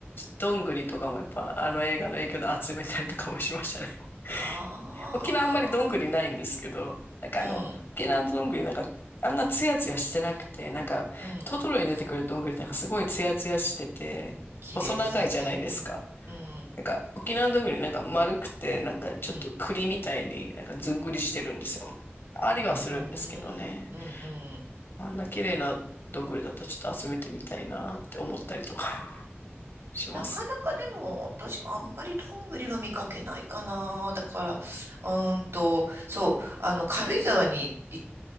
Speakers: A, on the left (about 60°); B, on the right (about 80°).
A: どんぐりとかもやっぱあの映画の影響で集めたりとかもしましたね。
B: ああ。
A: <laughs> 沖縄あんまりどんぐりないんですけど、なんかあの、
B: うん。
A: 沖縄のどんぐりなんかあんなツヤツヤしてなくて、なんかトトロに出てくるどんぐりなんかすごいツヤツヤしてて、
B: うん。綺麗ですよね。
A: 細長いじゃないですか。
B: うん。うん。
A: なんか沖縄のどんぐりなんか丸くて、なんかちょっと栗みたいになんかずんぐりしてるんですよ。
B: うん。
A: ありはするんですけどね。
B: うーん。うん。うん。
A: あんな綺麗などんぐりだったらちょっと集めてみたいなって思ったりとか <laughs> しますね。
B: なかなかでも、私もあんまりどんぐりは見かけないかな。だから、うーんと、そう、あの、軽井沢に行